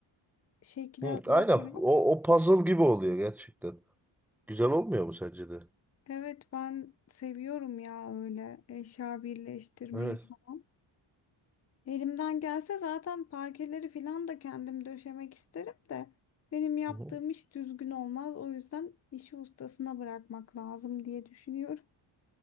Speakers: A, on the left; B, in the centre.
A: şekle
B: Hı,
A: bakarak.
B: aynen. O, o puzzle gibi oluyor gerçekten. Güzel olmuyor mu sence de?
A: Evet ben seviyorum ya öyle eşya birleştirmeyi
B: Evet.
A: falan. Elimden gelse zaten parkeleri falan da kendim döşemek isterim de benim yaptığım
B: Hı hı.
A: iş düzgün olmaz. O yüzden işi ustasına bırakmak lazım diye düşünüyorum.